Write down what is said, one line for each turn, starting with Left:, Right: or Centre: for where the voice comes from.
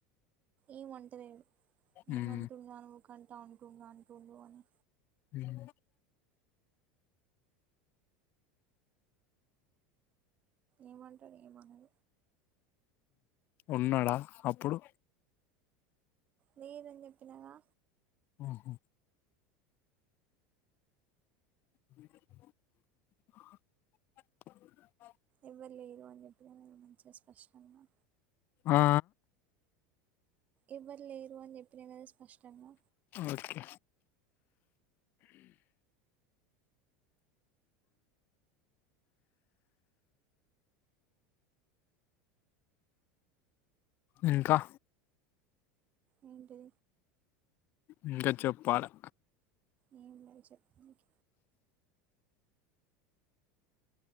Right: ఏం ఆంటలేడు ఏమంటుండు
Left: ఉమ్
Right: అనుకంటా అంటుడు అంటుడు అని
Left: ఉమ్
Right: ఏమంటారు ఏమనరు
Left: ఉన్నాడా అప్పుడు
Right: లేదని చెప్పినాగా
Left: ఆహా <inaudible>
Right: ఎవ్వరు లేరు అని చెప్పిన మంచిగా స్పష్టంగా
Left: ఆ
Right: ఎవ్వరు లేరు అని చెప్పిన కద స్పష్టంగా
Left: ఓకే ఇంకా
Right: అంటె
Left: ఇంకా చెప్పాలా
Right: ఏ ఉన్నాయి చెప్పడానికి